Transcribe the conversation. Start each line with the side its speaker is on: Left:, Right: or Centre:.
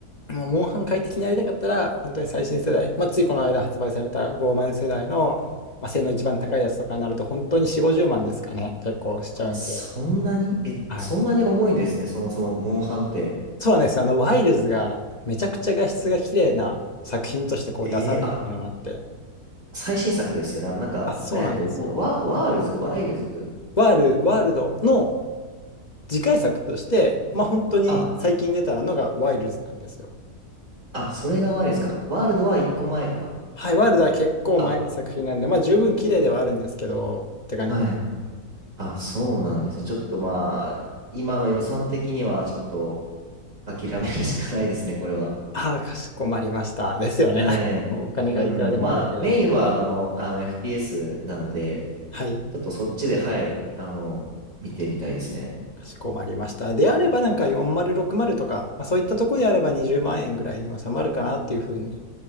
Left: もうモンハン快適にやりたかったら、本当に最新世代、まあついこの間発売された50世代の、まあ、性能一番高いやつとかになると、本当に4、50万ですかね。結構しちゃうんで。
Right: あ、そんなにえ、
Left: はい。
Right: そんなに重いんですね、そもそも、モンハンって。
Left: そうなんですよ。あの、ワイルズがめちゃくちゃ画質が綺麗な作品としてこう出されたっていうのもあって、
Right: えー、あ、最新作ですよね。あの、なんか、
Left: あ、そうなんですよ。
Right: えっと、ワ、ワールズワイルズ
Left: ワール、ワールドの次回作として、まあ本当に最近出たのがワイルズなんですよ。
Right: あ、あ、それがワイルズか。ワールドは一個前か。
Left: はい、ワールドは結構前の作品なんで、
Right: あ、
Left: まあ十分綺麗ではあるんですけど、って感じで。
Right: はい。あ、そうなんですね。ちょっとまあ、今の予算的にはちょっと諦めるしかないですね、これは。
Left: ああ、かしこまりました。ですよね。
Right: はい。
Left: <laughs> お金がいくらでもあるわけじゃない。
Right: うん。まあ、メインはあの、あの FPS なので、
Left: はい、
Right: ちょっとそっちで、はい、あの、見てみたいですね。
Left: かしこまりました。であればなんか4060とか、まあそういったところであれば20万円ぐらいに収まるかなっていうふうに